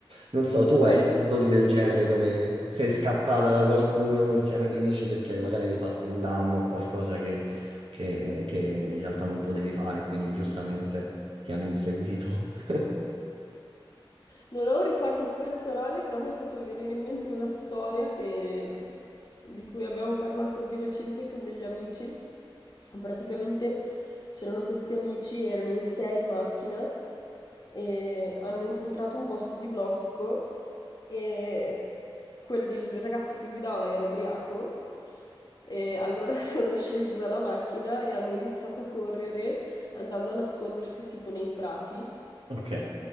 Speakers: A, on the right; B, on the left.
A: Non so, tu
B: Bravissimi.
A: hai doti del
B: <laughs>
A: genere dove sei scappata da qualcuno insieme ai tuoi amici perché magari avevi fatto un danno o qualcosa che, che- che in realtà non potevi fare, quindi giustamente ti hanno inseguito. <laughs>
B: Non ho un ricordo personale, però mi ha fatto venire in mente una storia che- di cui abbiamo parlato di recente con degli amici. Praticamente c'erano questi amici, erano in sei in macchina e hanno incontrato un posto di blocco e quel- il ragazzo che guidava era ubriaco e allora <laughs> sono scesi dalla macchina e hanno iniziato a correre andando a nascondersi tipo nei prati.
A: Ok.